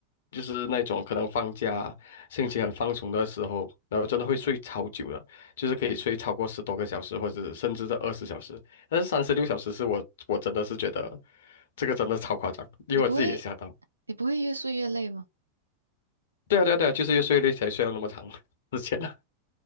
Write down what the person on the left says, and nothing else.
就是那种可能放假心情很放松的时候，然后真的会睡超久的，就是可以睡超过十多个小时，或者甚至在二十小时。但是三十六小时是我我真的是觉得这个真的超夸张，因为我自己也吓到。
对啊，对啊，对啊，就是越睡越累才睡了那么长，<laughs> 之前啊，